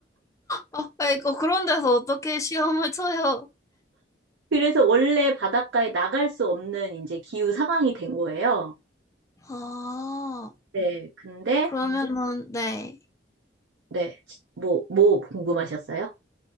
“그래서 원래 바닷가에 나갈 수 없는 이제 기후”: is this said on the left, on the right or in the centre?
Right